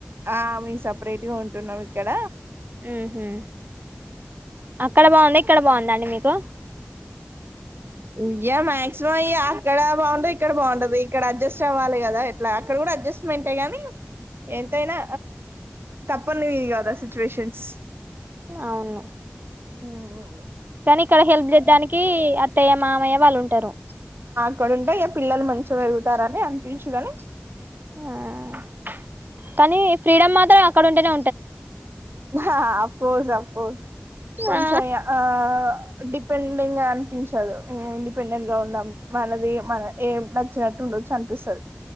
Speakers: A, on the right; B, on the right.
A: ఆ మే సపరేట్ గా ఉంటున్నాం ఇక్కడ
B: ఉహు అక్కడ బాగుంద ఇక్కడ బాగుందండి మీకు
A: ఉయ్యా మాక్సిమం అయ అక్కడ బాగుంటే ఇక్కడ బాగుంటది ఇక్కడ అడ్జస్ట్ అవ్వాలి కదా ఎట్లా అక్కడ కూడా అడ్జస్ట్మెంటే కానీ ఎంతైనా తప్పనిది కదా సిచ్యువేషన్స్
B: అవును
A: హ్మ్
B: కానీ ఇక్కడ హెల్ప్ చేద్దడానికి అత్తయ్యమ మామమ్య వాళ్ళు ఉంటారు
A: ఇక్కడ ఉంటే ఇక పిల్లలు మంచిగా పెరుగుతారని అనిపియచు గానీ
B: ఆ కానీ ఫ్రీడమ్ మాత్రం అక్కడుంటేనే
A: ఆ అపోస్ అపోస్ కొంచం
B: ఆ
A: ఆ డిపెండెంట్ గా అనిపించదు ఇండిపెండెంట్ గా ఉండం మనది మన ఎం నచ్చినట్టు ఉండోచ్చు అనిపిస్తాది